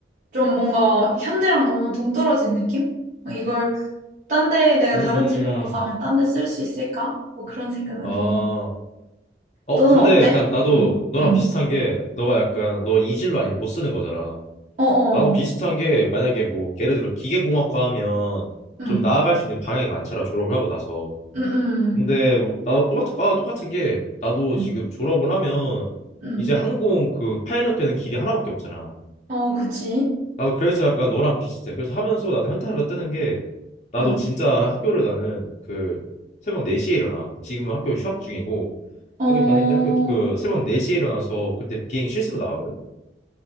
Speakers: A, on the right; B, on the left.
A: 좀 뭔가 현대랑 너무 동떨어진 느낌? 이걸 딴 데 내가
B: 음,
A: 다른
B: 음,
A: 진로로 가면
B: 음.
A: 딴 데 쓸 수 있을까? 뭐 그런 생각은
B: 아.
A: 좀.
B: 어,
A: 너는
B: 근데
A: 어때?
B: 약간 나도
A: 응,
B: 너랑
A: 응.
B: 비슷한 게 너가 약간 너 이질로 아니면 못 쓰는 거잖아.
A: 어어,
B: 나도 비슷한 게 만약에 뭐 예를 들어 기계공학과 하면
A: 응,
B: 좀 나아갈 수 있는 방향이 많잖아. 졸업을 하고 나서.
A: 응, 응,
B: 근데 나도 똑같은 과와 똑같은 게 나도
A: 응,
B: 지금 졸업을 하면
A: 응.
B: 이제 항공 그 파일럿 되는 길이 하나밖에 없잖아.
A: 어, 그치.
B: 나도 그래서 약간 너랑 비슷해. 그래서 하면서 나도 현타가 뜨는 게 나도
A: 응,
B: 진짜 학교를 나는 그 새벽 4시에 일어나. 지금은 학교 휴학 중이고
A: 어, 어,
B: 학교 다닐 때 학교 그 새벽 4시에 일어나서 그때 비행기 실습으로 나가거든.